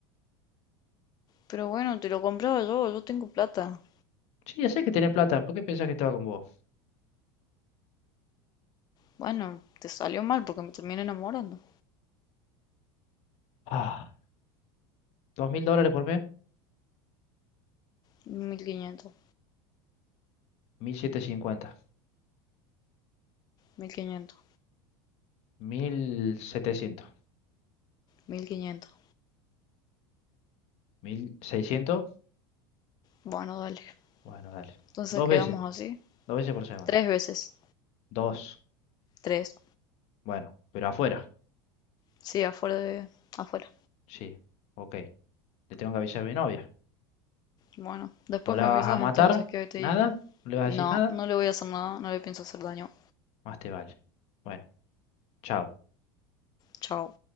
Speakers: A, on the left; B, on the left.
A: pero bueno, te lo compraba yo, yo tengo plata.
B: Sí, ya sé que tenés plata. ¿Por qué pensás que estaba con vos?
A: Bueno, te salió mal porque me terminé enamorando.
B: Ah, dos mil dólares por mes,
A: mil mil quinientos
B: mil setecientos. cincuenta,
A: mil quinientos
B: mil setecientos,
A: mil quinientos
B: mil seiscientos.
A: Bueno, dale.
B: Bueno, dale.
A: Entonces
B: Dos
A: quedamos
B: veces,
A: así.
B: dos veces por semana.
A: Tres veces.
B: Dos.
A: Tres.
B: Bueno, pero afuera.
A: Sí, afuera de... afuera.
B: Sí, ok. Le tengo que avisar a mi novia.
A: Bueno, después
B: No la
A: me avisas
B: vas a matar,
A: entonces qué te
B: nada,
A: dijo.
B: no le vas
A: No,
B: a decir nada,
A: no le voy a hacer nada, no le pienso hacer daño.
B: más te vale. Bueno, chao.
A: Chao.